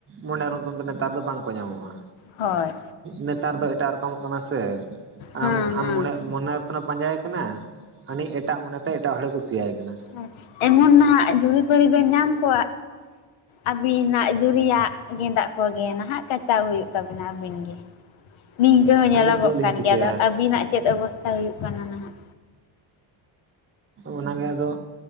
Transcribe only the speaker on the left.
ᱦᱳᱭ
ᱦᱮᱸ
ᱦᱮᱸ
ᱟᱨ ᱮᱢᱚᱱ ᱱᱟᱦᱟᱜ ᱡᱩᱨᱤᱼᱯᱟᱨᱤ ᱵᱮᱱ ᱧᱟᱢ ᱠᱚᱣᱟ ᱟᱹᱵᱤᱱᱟᱜ ᱡᱩᱨᱤᱭᱟᱜ ᱜᱮᱸᱫᱟᱜ ᱠᱚᱜᱮ ᱱᱟᱦᱟᱜ ᱠᱟᱪᱟᱣ ᱦᱩᱭᱩᱜ ᱛᱟᱵᱤᱱᱟ ᱟᱹᱵᱤᱱ ᱱᱤᱝᱠᱟᱹ ᱦᱚᱸ ᱧᱮᱞᱚᱜᱚᱜ
ᱠᱟᱱ
ᱜᱮᱭᱟ ᱟᱫᱚ ᱟᱵᱤᱱᱟᱜ ᱪᱮᱫ ᱚᱵᱚᱥᱛᱟ ᱦᱩᱭᱩᱜ ᱠᱟᱱᱟ ᱱᱟᱦᱟᱜ